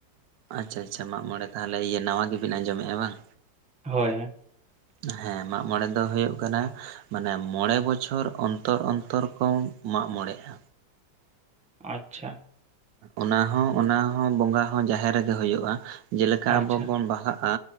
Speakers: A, on the right; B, in the centre.
A: ᱟᱪᱪᱷᱟ ᱟᱪᱪᱷᱟ ᱢᱟᱜ ᱢᱚᱬᱮ ᱛᱟᱦᱚᱞᱮ ᱤᱭᱟᱹ ᱱᱟᱣᱟ ᱜᱮᱵᱤᱱ ᱟᱸᱡᱚᱢᱮᱫᱼᱟ ᱵᱟᱝ᱾
B: ᱦᱳᱭ ᱦᱳᱭ᱾
A: <inaudible> ᱦᱮᱸ ᱢᱟᱜ ᱢᱚᱲᱮ ᱫᱚ ᱦᱳᱭᱳᱜ ᱠᱟᱱᱟ ᱢᱟᱱᱮ ᱢᱚᱬᱮ ᱵᱚᱪᱷᱚᱨ ᱚᱱᱛᱚᱨ ᱚᱱᱛᱚᱨ ᱠᱚ᱾ ᱢᱟᱜᱢᱚᱲᱮ ᱟ᱾
B: ᱟᱪᱪᱷᱟ᱾
A: ᱚᱱᱟᱦᱚᱸ ᱚᱱᱟ ᱦᱚᱸᱚᱸ ᱵᱚᱸᱜᱟ ᱦᱚᱸ ᱡᱟᱦᱮᱨ ᱨᱮᱜᱮ ᱦᱩᱭᱩᱜᱼᱟ᱾ ᱡᱮᱞᱮᱠᱟ
B: ᱟᱪᱪᱷᱟ
A: ᱟᱵᱚ ᱵᱚᱱ ᱵᱟᱦᱟᱜᱼᱟ